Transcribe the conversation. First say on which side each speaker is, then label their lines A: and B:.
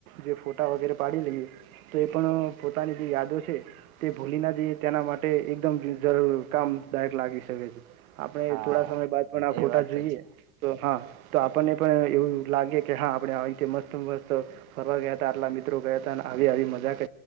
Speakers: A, on the right; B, on the right.
A: જે ફોટા વગેરે પાડી લઈએ તો એ પણ પોતાની જે યાદો છે તે ભૂલી ના જઈએ તેના માટે એકદમ જરૂર કામદાયક લાગી શકે છે આપણે
B: હા
A: થોડા સમય બાદ પણ આ
B: એ
A: ફોટા
B: વાત
A: જોઈએ
B: તો છે
A: તો હા તો આપણને પણ એવું લાગે કે હા આપણે આવી રીતે મસ્ત મસ્ત ફરવા ગયા હતા આટલા મિત્રો ગયા હતા અને આવી આવી મજા કરી